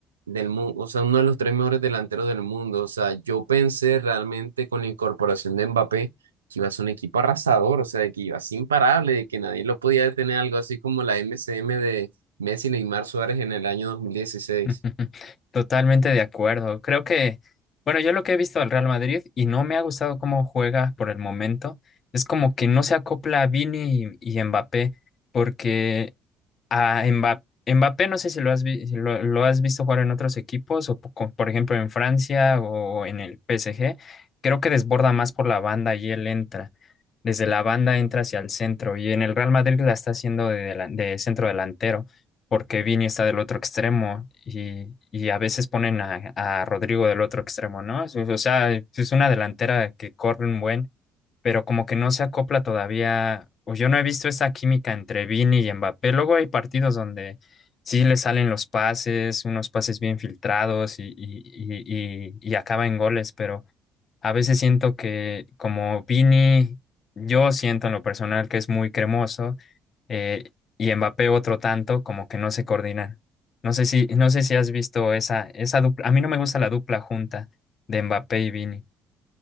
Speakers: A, on the right; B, on the left.
A: del mundo, o sea, uno de los tres mejores delanteros del mundo. O sea, yo pensé realmente con la incorporación de Mbappé que iba a ser un equipo arrasador, o sea, de que iba a ser imparable, de que nadie lo podía detener, algo así como la MCM de Messi, Neymar, Suárez en el año 2016.
B: <laughs> totalmente de acuerdo. Creo que, bueno, yo lo que he visto al Real Madrid y no me ha gustado cómo juega por el momento, es como que no se acopla a Vini y, y Mbappé, porque A Mbappé, Mbappé no sé si lo has, vi- si lo, lo has visto jugar en otros equipos, o po- co- por ejemplo en Francia o en el PSG. Creo que desborda más por la banda y él entra. Desde la banda entra hacia el centro. Y en el Real Madrid la está haciendo de, delan- de centro delantero, porque Vini está del otro extremo. Y, y a veces ponen a, a Rodrigo del otro extremo, ¿no? O sea, es una delantera que corre un buen pero como que no se acopla todavía, o yo no he visto esa química entre Vini y Mbappé. Luego hay partidos donde sí le salen los pases, unos pases bien filtrados y, y, y, y, y acaba en goles, pero a veces siento que como Vini, yo siento en lo personal que es muy cremoso, eh, y Mbappé otro tanto, como que no se coordinan. No sé si, no sé si has visto esa, esa dupla. A mí no me gusta la dupla junta de Mbappé y Vini.